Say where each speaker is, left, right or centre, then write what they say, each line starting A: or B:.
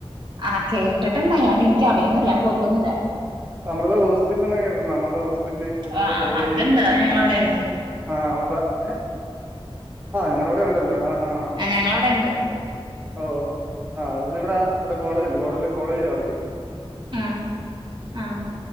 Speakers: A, on the right; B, on the right.
A: ആഹ കേട്ടിട്ടുണ്ട് ഞാന് എനിക്കറിയൊന്നില്ല
B: ആ
A: ഞാൻ പോയിട്ടന്നുല്ല
B: അമൃത ഹോസ്പിറ്റൽ എന്ന് കേട്ടുണ്ട് അമൃത ഹോസ്പിറ്റല് അമൃത
A: ആഹ്
B: കോളേജ്
A: അത്ണ്ട് അത് ഞങ്ങളവിടെണ്ട്
B: ആ് അമൃത ഏ ആ നിങ്ങള വിടെ ഉണ്ടല്ലോ ആ ആ്
A: ഞങ്ങള അവിടെണ്ട്
B: ഓ ആ അതത് ഇവിടെ കോളേജ്യ്‌ണ്ട് കോളേജില വർക്കയ്‌
A: ആഹ ആഹ